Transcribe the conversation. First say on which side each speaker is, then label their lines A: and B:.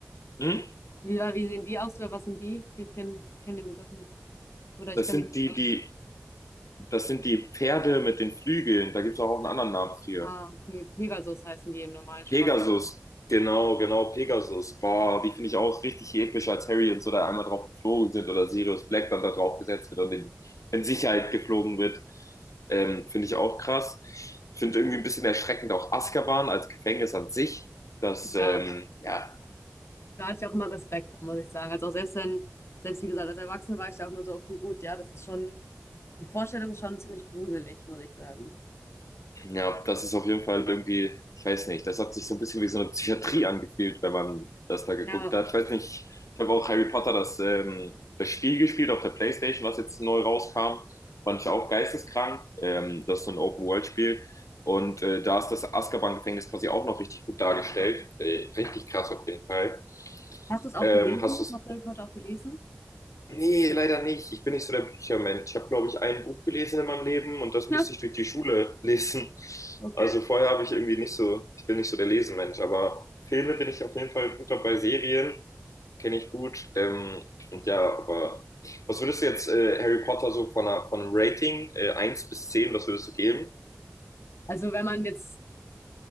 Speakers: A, on the left; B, on the left.
A: Hm?
B: Wie, wie sehen die aus oder was sind die? Ich kenne kenn kenn den Begriff nicht. Oder ich
A: Das
B: kann
A: sind
B: mich nicht
A: die,
B: erinnern.
A: die Das sind die Pferde mit den Flügeln. Da gibt's auch einen anderen Namen für.
B: Ah, okay. Pegasus heißen die im normalen Sprach.
A: Pegasus. Genau, genau, Pegasus. Boah, die finde ich auch richtig episch, als Harry und so da einmal drauf geflogen sind oder Sirius Black dann da drauf gesetzt wird und in, in Sicherheit geflogen wird. Ähm, finde ich auch krass. Ich finde irgendwie ein bisschen erschreckend auch Azkaban als Gefängnis an sich. Das, ähm,
B: Ja,
A: ja,
B: da hatte ich auch immer Respekt vor, muss ich sagen. Also auch selbst wenn, selbst wie gesagt, als Erwachsene war ich da auch nur so, okay, gut, ja, das ist schon, die Vorstellung ist schon ziemlich gruselig, muss ich sagen.
A: Ja, das ist auf jeden Fall irgendwie, ich weiß nicht, das hat sich so ein bisschen wie so eine Psychiatrie angefühlt, wenn man das da geguckt
B: Ja.
A: hat. Ich weiß nicht, ich habe auch Harry Potter das, ähm, das Spiel gespielt auf der PlayStation, was jetzt neu rauskam. Fand ich auch geisteskrank. Ähm, das ist so ein Open-World-Spiel. Und äh, da ist das Azkaban-Gefängnis quasi auch noch richtig gut dargestellt. Äh, richtig krass auf jeden Fall.
B: Hast du es auch
A: Ähm,
B: gelesen?
A: hast du
B: Hast du Harry Potter auch gelesen? <laughs>
A: Nee, leider nicht. Ich bin nicht so der Büchermensch. Ich habe, glaube ich, ein Buch gelesen in meinem Leben und das
B: Ja.
A: musste ich durch die Schule <laughs> lesen.
B: Okay.
A: Also vorher habe ich irgendwie nicht so, ich bin nicht so der Lesemensch, aber Filme bin ich auf jeden Fall gut dabei. Serien kenne ich gut. Ähm, und ja, aber was würdest du jetzt äh, Harry Potter so von einer, von einem Rating äh, 1 bis 10 was würdest du geben?
B: Also wenn man jetzt